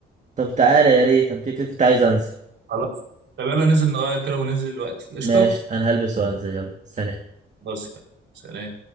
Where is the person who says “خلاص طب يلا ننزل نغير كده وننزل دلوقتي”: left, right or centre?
Right